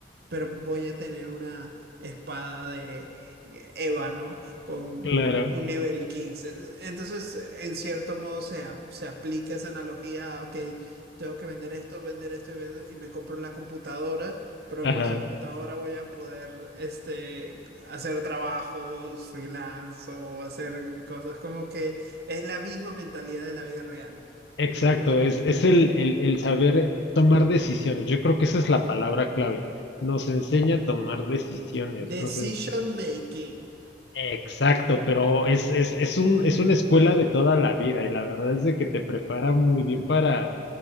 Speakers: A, on the right (about 60°); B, on the left (about 75°).
A: pero voy a tener una espada de ébano con
B: claro.
A: un nivel quince Entonces, en cierto modo, se, a- se aplica esa analogía, ok, tengo que vender esto, vender esto y, vender- y me compro la computadora, pero
B: Ajá.
A: con esa computadora voy a poder este, hacer trabajos freelance o hacer cosas como que es la misma mentalidad de la vida real.
B: Exacto, es, es el, el, el saber tomar decisiones. Yo creo que esa es la palabra clave. Nos enseña a tomar decisiones.
A: Decision
B: Nos
A: making,
B: Exacto, pero es, es, es un, es una escuela de toda la vida y la verdad es de que te prepara muy bien para,